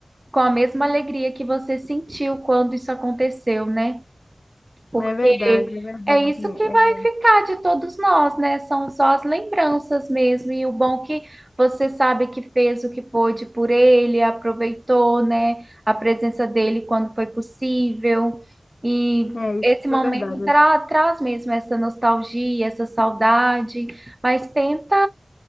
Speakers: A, on the right; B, on the left.
A: com a mesma alegria que você sentiu quando isso aconteceu, né? porque
B: É verdade, é verdade.
A: é isso
B: É,
A: que vai ficar de todos nós, né? São só as lembranças mesmo, e o bom que você sabe que fez o que pôde por ele, aproveitou, né, a presença dele quando foi possível. E
B: é isso,
A: esse momento
B: foi verdade.
A: tra- traz mesmo essa nostalgia, essa saudade, mas tenta